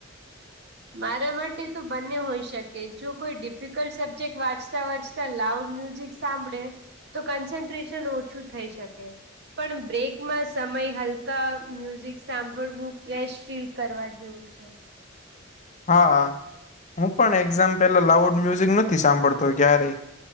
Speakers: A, on the right; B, on the left.
A: મારા માટે તો બંને હોઈ શકે જો કોઈ ડિફિકલ્ટ સબ્જેક્ટ વાંચતા વાંચતા લાઉડ મ્યુઝિક સાંભળે તો કન્સન્ટ્રેશન ઓછું થઈ શકે. પણ બ્રેકમાં સમય હલકા મ્યુઝિક સાંભળવું ફ્રેશ ફીલ કરવા જેવું છે.
B: હા હું પણ એક્ઝામ પેલા લાઉડ મ્યુઝિક નથી સાંભળતો ક્યારેય